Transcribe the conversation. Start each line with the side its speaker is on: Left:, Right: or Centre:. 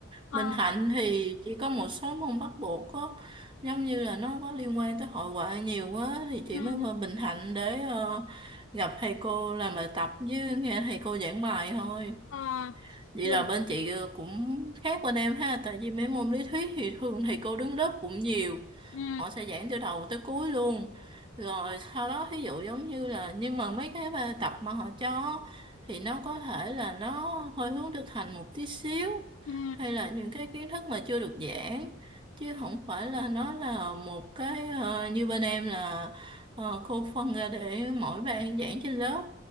Left: ờ
Right: Bình Thạnh thì chỉ có một số môn bắt buộc có giống như là nó có liên quan tới hội họa nhiều quá thì chị
Left: ừ
Right: mới qua Bình Thạnh để ờ, gặp thầy cô làm bài tập với nghe thầy cô giảng bài thôi
Left: ờ
Right: vậy
Left: trường
Right: là bên chị ờ, cũng khác bên em ha tại vì mấy môn lý thuyết thì thường thầy cô đứng lớp cũng nhiều
Left: ừ
Right: họ sẽ giảng từ đầu tới cuối luôn rồi sau đó ví dụ giống như là nhưng mà mấy cái bài tập mà họ cho thì nó có thể là nó hơi hướng thực hành một tí xíu
Left: ừ
Right: hay là những cái kiến thức mà chưa được giảng chứ không phải là nó là một cái ờ, như bên em là ờ, cô phân ra để mỗi bạn giảng trên lớp